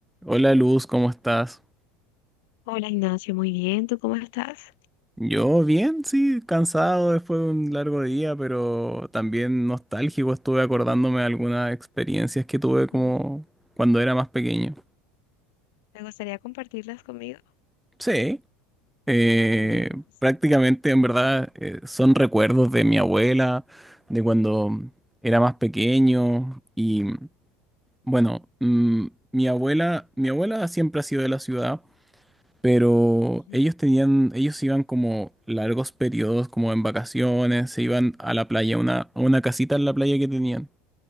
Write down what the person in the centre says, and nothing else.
Hola Luz, ¿cómo estás?
Yo bien, sí, cansado después de un largo día, pero también nostálgico. Estuve acordándome de algunas experiencias que tuve como
cuando era más pequeño.
Sí, eh,
prácticamente en verdad eh, son recuerdos de mi abuela, de cuando era más pequeño y bueno, mm, mi abuela, mi abuela siempre ha sido de la ciudad. pero
ellos tenían, ellos iban como largos periodos, como en vacaciones, se iban a la playa, a una, a una casita en la playa que tenían.